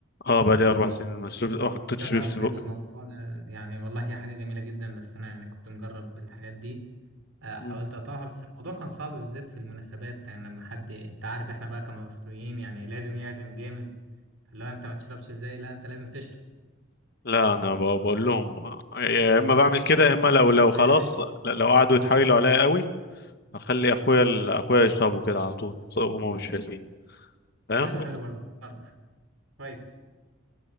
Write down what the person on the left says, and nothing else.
اه بقى لي اربع سنين ما شربت- ما حطيتش
بيبسي
بق
مم.
لا انا ب- بقول لهم يا اما بعمل كده
يا اما
لو لو
خلاص
لا- لو قعدوا يتحايلوا عليا قوي اخلي اخويا ال- اخويا يشربوا كده على طول بس هم مش شايفين فاهم